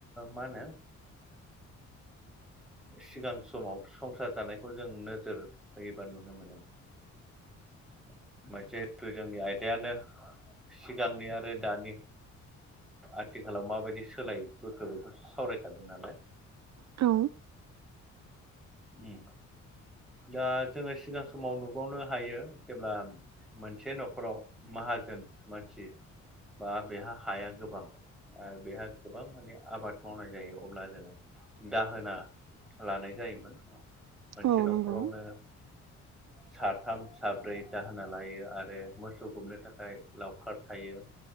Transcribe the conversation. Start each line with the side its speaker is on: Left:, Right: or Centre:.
Centre: मा होनो सिगां समाव संसार जानायखौ जों नोजोर होयोबा नुनो मोनो। <unintelligible> हेथु जोंनि आयदायानो सिगांनि आरो दानि आथिखालाव माबायदि सोलायबोखो बेखौसो सावरायखादों नालाय
Right: औ
Centre: ओम दा जोङो सिगां समाव नुबावनो हायो जेब्ला मोनसे नखराव माहाजोन मानसि बा बेहा हाया गोबां ओ बेहा गोबां माने आबाद मावनाय जायो अब्ला जोङो दाहोना लानाय जायोमोन मोनसे
Right: औ
Centre: न
Right: नंगौ
Centre: ओ साथाम साब्रै दाहोना लायो आरो मोसौ गुमनो थाखाय लावखार थायो